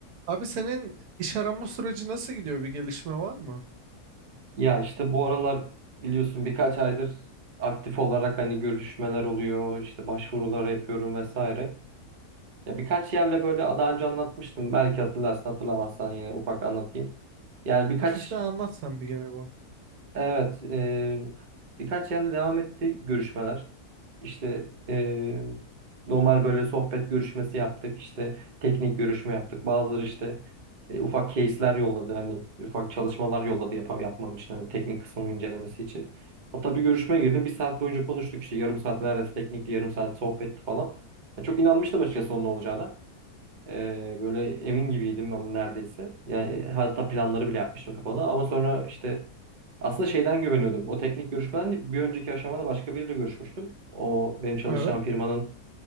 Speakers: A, on the right; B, on the right.
A: Abi senin iş arama süreci nasıl gidiyor? Bir gelişme var mı?
B: Ya işte bu aralar biliyorsun birkaç aydır aktif olarak hani görüşmeler oluyor, işte başvurular yapıyorum vesaire. Ya birkaç yerle böyle daha önce anlatmıştım. Belki hatırlarsın, hatırlamazsan yine ufak anlatayım. Yani birkaç
A: Hafiften anlat sen bir gene bak.
B: Evet, e, birkaç yerde devam etti görüşmeler. İşte e, normal böyle sohbet görüşmesi yaptık, işte teknik görüşme yaptık. Bazıları işte e, ufak case'ler yolladı, hani ufak çalışmalar yolladı yap yapmam için, hani teknik kısmının incelemesi için. Hatta bir görüşmeye girdim, bir saat boyunca konuştuk işte yarım saat neredeyse teknikli, yarım saat sohbetti falan. Ya çok inanmıştım açıkçası onun olacağına. Ee, böyle emin gibiydim ama neredeyse. Yani e, hatta planları bile yapmıştım kafada ama sonra işte aslında şeyden güveniyordum. O teknik görüşmeden değil, bir önceki aşamada başka biriyle görüşmüştüm. O benim çalışacağım
A: Evet.
B: firmanın